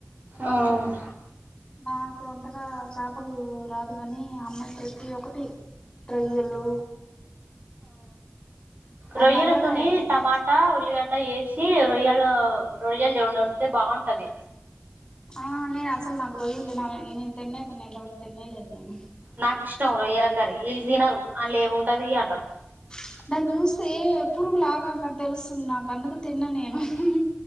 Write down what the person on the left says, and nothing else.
నాకు అంతగా చాపలు రాదు గాని అమ్మాయి ప్రతి ఒక్కటి రొయ్యలు ఆ
నండ్రకాయ
అంటారు
ఆ నేను అసలు నాకు రొయ్యలు తిన్నా నేను తినే తిన్నను ఇంత వరకు తిన్న లేదు నేను
ప్చ్ దాన్ని చూస్తే పురుగులాగా గాథ తెలుస్తుంది నాకు అందుకు నేను హాహా